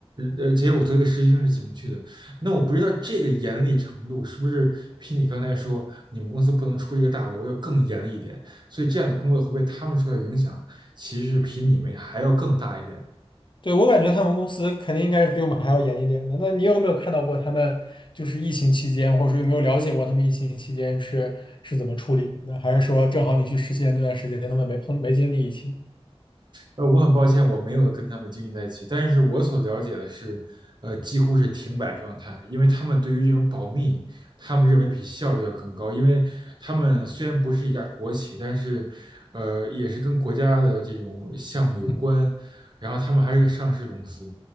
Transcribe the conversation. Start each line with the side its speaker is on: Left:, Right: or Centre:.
Right: 呃，这些我作为一个实习生是进不去的。那我不知道这个严厉程度是不是比你刚才说你们公司不能出这个大楼要更严厉一点，所以这样的工作会被他们受到影响，其实是比你们还要更大一点。
Left: 对，我感觉他们公司肯定应该是比我们还要严一点的。那你有没有看到过他们就是疫情期间，或者说有没有了解过他们疫情期间是是怎么处理的？还是说正好你去实习那段时间，他们没碰没经历疫情？
Right: 呃，我很抱歉，我没有跟他们经营在一起，但是我所了解的是，呃，几乎是停摆状态，因为他们对于这种保密，他们认为比效率要更高，因为他们虽然不是一家国企，但是，呃，也是跟国家的这种项目有关，
Left: 嗯
Right: 然后他们还是个上市公司，